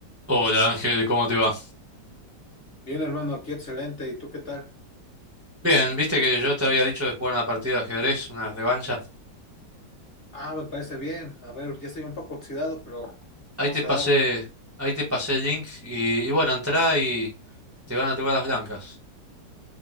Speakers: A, on the right; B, on the left.
A: Hola Ángel, ¿cómo te va?
B: Bien, hermano, aquí excelente. ¿Y tú qué tal?
A: Bien, viste que yo te había dicho de jugar una partida de ajedrez, una revancha.
B: Ah, me parece bien. A ver, ya estoy un poco oxidado, pero
A: Ahí
B: vamos
A: te pasé,
B: a darle.
A: ahí te pasé el link y, y bueno, entrá y te van a tocar las blancas.